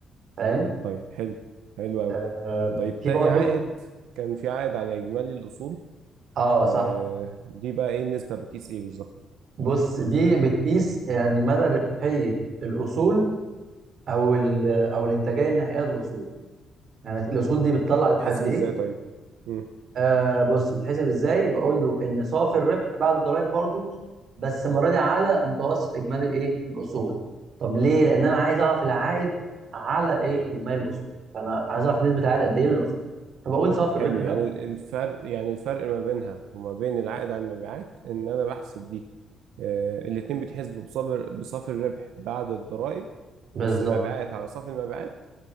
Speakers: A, on the right; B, on the right.
A: فاهم
B: طيب حلو حلو أوي
A: آه
B: طيب
A: في
B: تاني
A: برضو
B: عائد كان في عائد على إجمالي الأصول
A: اه
B: آه.
A: صح
B: دي بقى إيه النسبة بتقيس إيه بالظبط؟
A: بص دي بتقيس يعني مدى ربحيه الاصول او ال- او الانتاجيه النهائيه للاصول يعني الاصول دي بتطلع ربح
B: تحسب
A: قد ايه
B: إزاي طيب؟ مم.
A: آه بص بتحسب ازاي بقول له ان صافي الربح بعد الضرايب برضو بس المره دي على متوسط اجمالي ايه الاصول طب ليه لان انا عايز اعرف العائد على ايه اجمالي الاصول فانا عايز اعرف نسبه العائد قد ايه من الاصول فبقول صافي الربح
B: حلو
A: ده
B: يعني ال- الفرق يعني الفرق ما بينها وما بين العائد على المبيعات ان انا بحسب دي آه، الاتنين بيتحسبوا بصافر بصافي الربح بعد الضرائب
A: بالظبط
B: بس المبيعات على صافي المبيعات